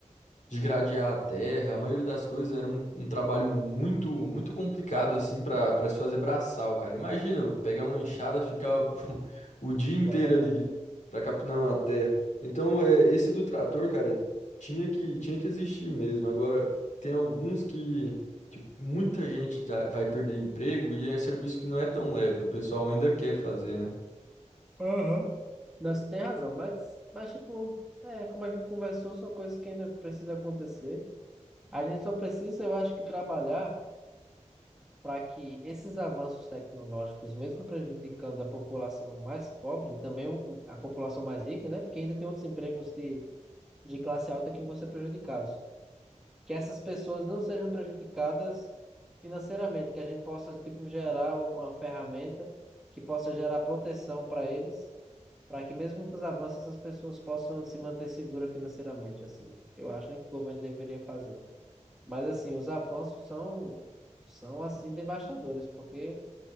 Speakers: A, on the left; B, in the centre.
A: de gradear a terra, a maioria das coisas era um, um trabalho muito muito complicado, assim, para para se fazer braçal, cara. Imagina eu pegar uma enxada, ficar o, <laughs> o dia inteiro
B: Na verdade.
A: ali para capinar uma terra. Então, é, esse do trator, cara, tinha que, tinha que existir mesmo. Agora, tem alguns que, que muita gente já vai perder emprego e é serviço que não é tão leve, que o pessoal ainda quer fazer, né?
B: Aham. Não, você tem razão, mas, mas tipo, é, como a gente conversou, são coisas que ainda precisam acontecer. A gente só precisa, eu acho que, trabalhar para que esses avanços tecnológicos, mesmo prejudicando a população mais pobre, e também o- a população mais rica, né? Porque ainda tem outros empregos de, de classe alta que vão ser prejudicados. que essas pessoas não sejam prejudicadas financeiramente, que a gente possa, tipo, gerar um- uma ferramenta que possa gerar proteção para eles, para que mesmo com os avanços essas pessoas possam se manter seguras financeiramente, assim. Eu acho, né, que o governo deveria fazer. Mas, assim, os avanços são, são assim, devastadores, porque